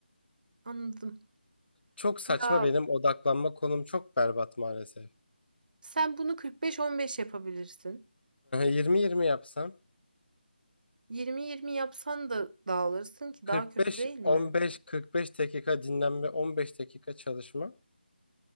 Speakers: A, on the right (about 50°); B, on the left (about 70°).
A: Anladım.
B: Çok saçma
A: Ya
B: benim odaklanma konum çok berbat maalesef.
A: Sen bunu 45-15 yapabilirsin.
B: 20-20 yapsam
A: 20-20 yapsan da dağılırsın ki
B: 45-15
A: daha kötü değil mi?
B: 45 dakika dinlenme 15 dakika çalışma.